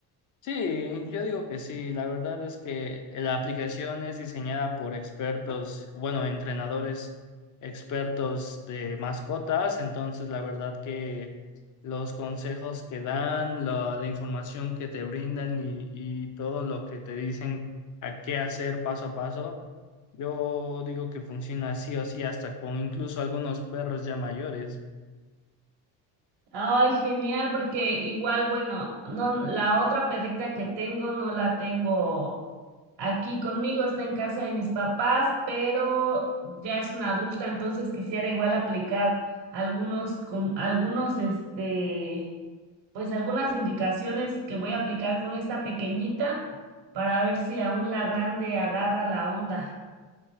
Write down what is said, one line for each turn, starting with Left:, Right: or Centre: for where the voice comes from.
Left: Sí, yo digo que sí. La verdad es que eh, la aplicación es diseñada por expertos, bueno, entrenadores expertos de mascotas. Entonces, la verdad que los consejos que dan, la, la información que te brindan y, y todo lo que te dicen a qué hacer paso a paso, yo digo que funciona sí o sí, hasta con incluso algunos perros ya mayores.
Right: Ay, genial, porque igual, bueno, no, la otra perrita que tengo no la tengo aquí conmigo, está en casa de mis papás, pero ya es una adulta, entonces quisiera igual aplicar algunos, con, algunos, este, pues algunas indicaciones que voy a aplicar con esta pequeñita para ver si aún la grande agarra la onda.